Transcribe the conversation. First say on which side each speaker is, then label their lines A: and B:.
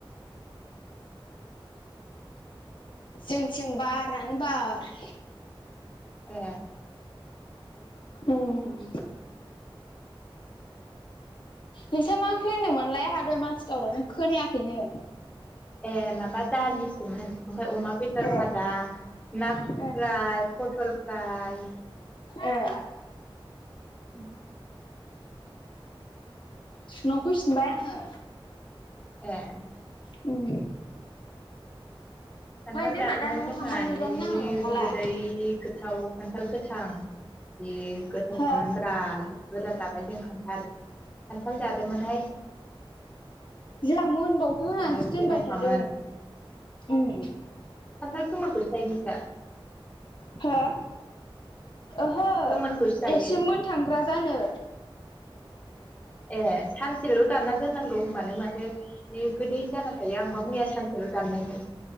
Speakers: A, on the left; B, on the left.
A: जोंथिं बारानो बार।
B: ए
A: उम। नोंस्रा मा ओंख्रि होनदोंमोनलाय आंहा दहाय मानसि दावरावजों खोनायाखैनो।
B: ए माबा दालिसोमोन। आमफाय अमा बेदर
A: ओ
B: भाजा ना
A: ओ
B: फ्राय, पथल फ्राय
A: ए।
B: उम।
A: सिलं फैफिनबाय आङो।
B: ए
A: उम
B: खान्थाल
A: जोंना
B: जादोंमोन
A: दा न'आव
B: जोंहा
A: थांबा नेटानो
B: जि
A: नांनाय नंखाला
B: गोदै गो थाव खान्थाल गोथां बे गोथावखामोन
A: हो ए
B: ब्रा जि बुरजा जाबाय जों खान्थाल खान्थाल जादोंमोनहाय
A: जोहा मोनबावथो
B: जि
A: होननासो दोनबाय
B: गोथावखामोन
A: थादों उम
B: खानथाल गोमोनखौसो जायो नोंस्रा
A: हो ओहो
B: गोमोनखौसो जायो
A: एसे मोन थांग्रा जानो
B: ए सानसेल' दानना दोननांगौ होमबानो माथो बे गोदै जाना थायो आंबा मैया सानसेल' दाननायमोन